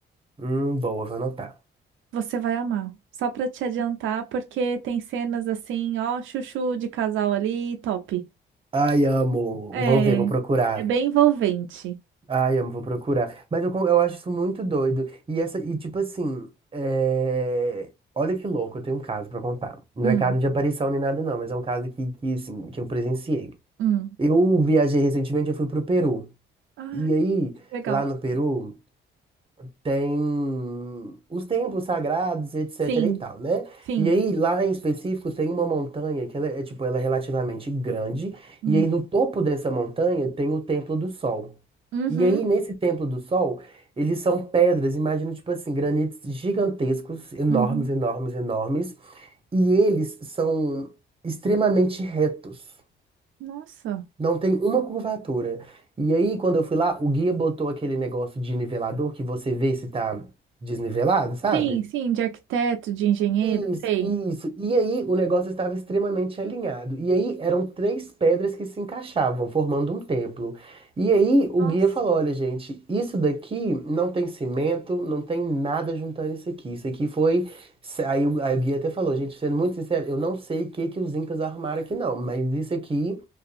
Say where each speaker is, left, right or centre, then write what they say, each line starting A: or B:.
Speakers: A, on the right (about 25°); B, on the right (about 75°).
A: Hum, boa, vou anotar.
B: Você vai amar. Só pra te adiantar, porque tem cenas assim, ó, chuchu de casal ali, top.
A: Ai, amo.
B: É,
A: Vou ver, vou procurar.
B: é bem envolvente.
A: Ai, amo, vou procurar. Mas eu, con- eu acho isso muito doido. E essa, e tipo assim, é, olha que louco, eu tenho um caso pra contar. Não
B: Hum,
A: é caso de aparição nem nada, não, mas é um caso que, que, assim, que eu presenciei.
B: hum.
A: Eu viajei recentemente, eu fui pro Peru.
B: Ah,
A: E aí,
B: legal.
A: lá no Peru tem os templos sagrados e etc
B: Sim,
A: e tal, né?
B: sim.
A: E aí lá em específico tem uma montanha que ela é tipo, ela é relativamente grande
B: Hum.
A: e aí no topo dessa montanha tem o Templo do Sol.
B: Uhum,
A: E aí nesse Templo do Sol, eles são pedras, imagina tipo assim, granitos gigantescos, enormes,
B: uhum.
A: enormes, enormes, e eles são extremamente retos.
B: Nossa.
A: Não tem uma curvatura. E aí, quando eu fui lá, o guia botou aquele negócio de nivelador que você vê se tá desnivelado, sabe?
B: Sim, sim, de arquiteto, de engenheiro,
A: Isso,
B: sei.
A: isso. E aí o negócio estava extremamente alinhado. E aí eram três pedras que se encaixavam, formando um templo. E aí o
B: Nossa.
A: guia falou: olha, gente, isso daqui não tem cimento, não tem nada juntando isso aqui. Isso aqui foi. Aí o, aí o guia até falou: gente, sendo muito sincero, eu não sei o que que os incas arrumaram aqui, não, mas isso aqui.